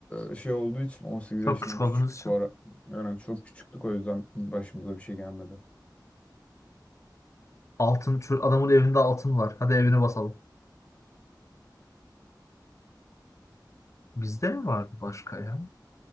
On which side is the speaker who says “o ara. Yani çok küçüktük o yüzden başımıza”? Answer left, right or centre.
Left